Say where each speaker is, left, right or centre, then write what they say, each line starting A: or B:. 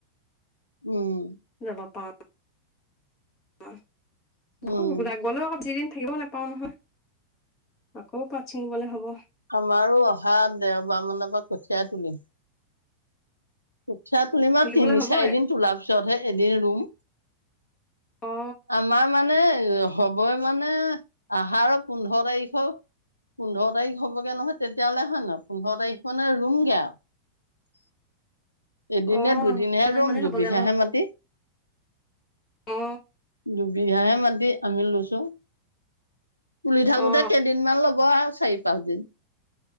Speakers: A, on the left; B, on the left.
A: উম
B: যাবা পা অহ
A: উম,
B: অহ গ'লেও অকৌ যিদিন থাকিব নেপাও নহয় আকৌ পাত চিঙিবলে হ'ব
A: আমাৰো অহা দেওবাৰে মানৰ পৰা কঠিয়াই তুলিম <unintelligible> কঠিয়া তুলিম
B: তুলিবলে
A: আৰু তিনি
B: হ'বই
A: চাৰি দিন তোলাৰ পিছতহে এদিন ৰুম
B: অ
A: আমাৰ মানে হবই মানে আহাৰৰ পোন্ধৰ তাৰিখৰ পোন্ধৰ তাৰিখ হ'বগে নহয় তেতিয়াহ'লে হয় নে পোন্ধৰ তাৰিখ মানে ৰুমগে আৰু এদিনে
B: অ
A: দুদিনহে
B: ছয় তাৰিখ
A: ৰুম
B: মানে হ'বগে
A: দুবিঘাহে
B: অ
A: মাটি। দুবি
B: অ
A: দুবিঘা হে মাটি আমি লৈছোঁ তুলি থাকোতে
B: অ
A: কেইদিনমান ল'ব আৰু চাৰি পাঁচ দিন